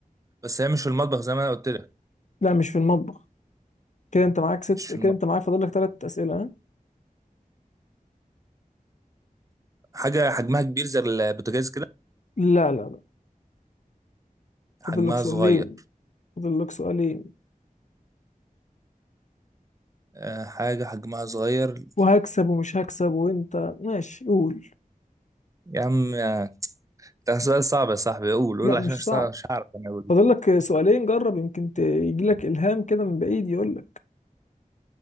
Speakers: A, on the right; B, on the left.
A: بس هي مش في المطبخ زي ما أنا قلت لك
B: لا مش في المطبخ كده انت معاك ست
A: مش في
B: كده
A: المطبخ
B: انت معاك فاضل لك ثلاث أسئلة ها؟
A: حاجة حجمها كبير زي البوتاجاز كده
B: لا لا لا فاضل
A: حجمها
B: لك سؤالين
A: صغير
B: فاضل لك سؤالين
A: آه، حاجة حجمها صغير
B: وهكسب ومش هكسب وانت ماشي قول
A: يا عم آه، ده سؤال صعب يا صاحبي قول قول
B: لا
A: عشان
B: مش
A: مش
B: صعب
A: صع- مش هعرف انا اقول
B: فاضل لك سؤالين جرب يمكن ت... يجي لك إلهام كده من بعيد يقول لك